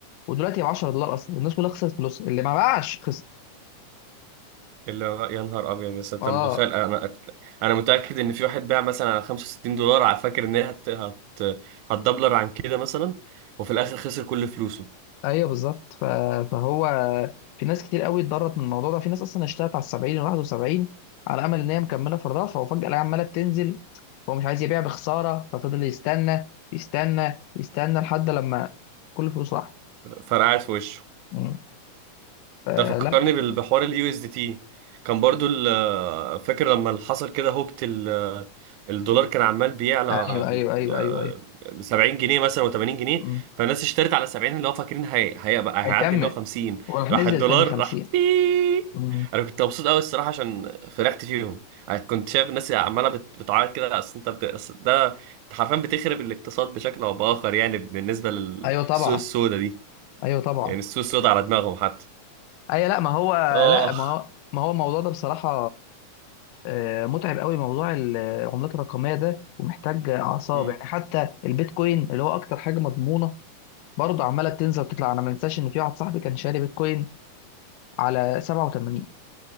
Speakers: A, on the left; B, on the right.
A: ودلوقتي ب 10 دولار أصلا والناس كلها خسرت فلوس اللي ما باعش خسر
B: اللي هو يا نهار ابيض بس انت
A: اه
B: متخيل انا انا متاكد ان في واحد باع مثلا على 65 دولار على فاكر ان هي هت... هت... هتدبلر عن كده مثلا وفي الاخر خسر كل فلوسه
A: ايوه بالظبط ف- فهو في ناس كتير قوي اتضرت من الموضوع ده في ناس اصلا اشتغلت على ال 70 وال 71 على امل ان هي مكمله في الرفع وفجاه الاقيها عماله بتنزل هو مش عايز يبيع بخساره ففضل يستنى يستنى يستنى لحد لما كل فلوسه راحت
B: فرقعت في وشه
A: مم. آه
B: ده فكرني
A: لا
B: بال- بحوار اليو اس دي تي كان برضو ال- فاكر لما اللي حصل كده هوكت ال- الدولار كان عمال بيعلى
A: ايوه ايوه ايوه
B: آه،
A: ايوه ايوه
B: 70 جنيه مثلا و80 جنيه
A: مم.
B: فالناس اشترت على 70 اللي هو فاكرين هي- هيبقى
A: هيكمل
B: هيعدي 150
A: وراح
B: راح
A: نزل
B: الدولار
A: تاني 50
B: راح بيييي.
A: مم.
B: انا كنت مبسوط قوي الصراحه عشان فرحت فيهم أنا كنت شايف الناس عماله بت- بتعيط كده اصل انت بت... أصل ده أنت حرفيا بتخرب الاقتصاد بشكل او باخر يعني بالنسبه للسوق
A: ايوه طبعا
B: السوداء دي
A: ايوه طبعا
B: يعني السوق السوداء على دماغهم حتى
A: ايوه لا ما هو
B: آه
A: لا ما هو ما هو الموضوع ده بصراحه آه، متعب قوي موضوع العملات الرقميه ده ومحتاج اعصاب
B: مم.
A: يعني حتى البيتكوين اللي هو اكتر حاجه مضمونه برضه عماله بتنزل وتطلع انا ما انساش ان في واحد صاحبي كان شاري بيتكوين على 87